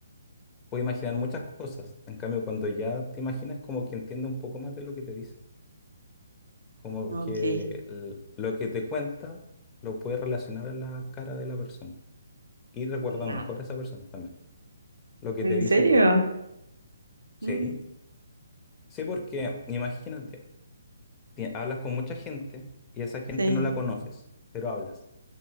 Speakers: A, on the left; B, on the right.
A: puede imaginar muchas cosas. En cambio, cuando ya te imaginas, como que entiende un poco más de lo que te dice, como
B: Ok.
A: que l- lo que te cuenta lo puedes relacionar a la cara de la persona y recuerdas
B: Ah,
A: mejor a esa persona también, lo que
B: ¿en
A: te dice
B: serio?
A: y todo. Sí,
B: Mm,
A: sí, porque imagínate. ti- hablas con mucha gente y esa gente
B: sí,
A: no la conoces, pero hablas.